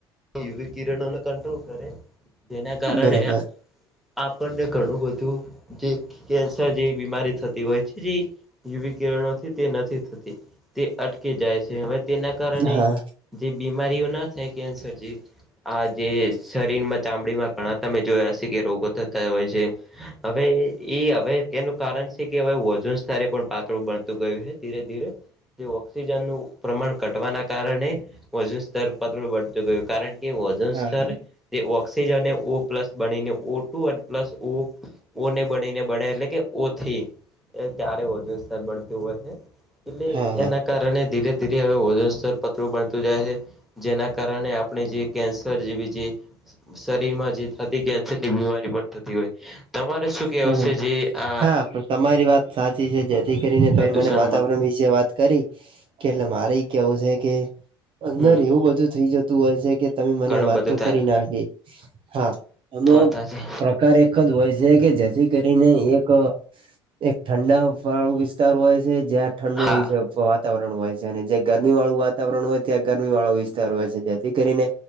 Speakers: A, in the centre; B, on the right (about 45°).
A: યુવી કિરણોને કંટ્રોલ કરે જેના કારણે
B: બરોબર
A: આ આપણને ઘણું બધું જે કેન્સર જેવી બીમારી થતી હોય છે જે યુવી કિરણોથી તે નથી થતી તે અટકી જાય છે હવે તેના કારણે
B: હા
A: જે બીમારીઓ ના થાય કેન્સર આ જે શરીરમાં ચામડીમાં ઘણા તમે જોયા હશે કે રોગો થતા હોય છે. હવે એ હવે એનું કારણ છે કે હવે વજન સ્તરે પણ પાતળું બણતું ગયું છે ધીરે ધીરે તે ઓક્સિજનનું પ્રમાણ ઘટવાના કારણે ઔજન સ્તર પાતળું કારણ કે ઔજન
B: હા
A: સ્તર
B: હા
A: એ ઓક્સિજન અને ઓ પ્લસ બનીને ઓ ટુ અને પ્લસ ઓ ઓને બણી ને બણે એટલે કે ઓથી એ ત્યારે ઔજન સ્તર બણતું હોય છે એટલે
B: હા
A: એના કારણે ધીરે ધીરે હવે ઔજન સ્તર પતડુ બનતું જાય છે જેના કારણે આપણે જે કેન્સર જેવી જે શરીરમાં જે થતી ની બીમારી પણ થતી હોય તમારે શું કેવુ
B: બરોબર
A: છે જે આ
B: હા પણ તમારી વાત સાચી છે જેથી કરીને તમે
A: પ્રદુષણમાં
B: મને વાતાવરણ વિશે વાત કરી કે એટલે મારે કેવું છે કે અંદર
A: હમ
B: એવું બધું થઈ જતું હોય છે કે તમે મને
A: ઘણું
B: વાત
A: બધું
B: તો
A: થાય
B: કરી નાખી હા એમાં
A: વાતા છે
B: પ્રકાર એક જ હોય કે જેથી કરીને એક એક ઠંડા વાળો વિસ્તાર હોય જયા ઠંડો
A: હા
B: વિસ્તાર હોય વાતાવરણ હોય છે અને જે ગરમી વાળું વાતાવરણ હોય ત્યાં ગરમી વાળો વિસ્તાર હોય છે જેથી કરીને